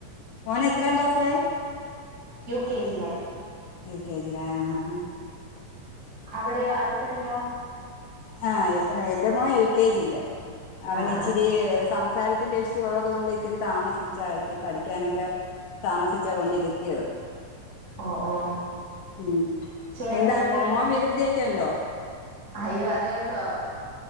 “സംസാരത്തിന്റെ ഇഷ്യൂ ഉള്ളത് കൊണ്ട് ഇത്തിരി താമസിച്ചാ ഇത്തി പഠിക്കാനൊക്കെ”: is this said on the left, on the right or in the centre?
Left